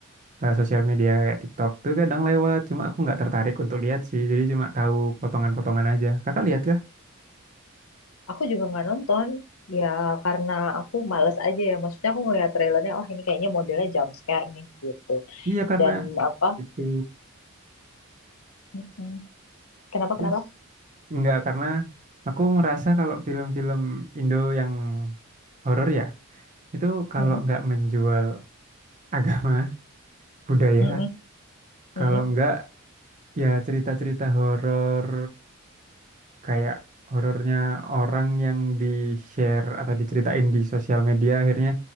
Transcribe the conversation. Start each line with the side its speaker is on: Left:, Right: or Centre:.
Right: eh, sosial media kayak TikTok tuh kadang lewat cuma aku nggak tertarik untuk lihat sih jadi cuma tahu potongan-potongan aja kakak lihat kah?
Left: Aku juga nggak nonton ya karena aku males aja ya. Maksudnya aku ngeliat trailernya, oh ini kayaknya modelnya jump scare nih gitu.
Right: Iya karena
Left: Dan apa?
Right: itu
Left: mm-mm. Kenapa
Right: terus
Left: kenapa?
Right: nggak karena aku ngerasa kalau film-film Indo yang horor ya itu kalau
Left: Mm-mm,
Right: nggak menjual <laughs> agama budaya
Left: mm-mm, mm-mm,
Right: kalau nggak ya cerita-cerita horor kayak horornya orang yang di share atau diceritain di sosial media akhirnya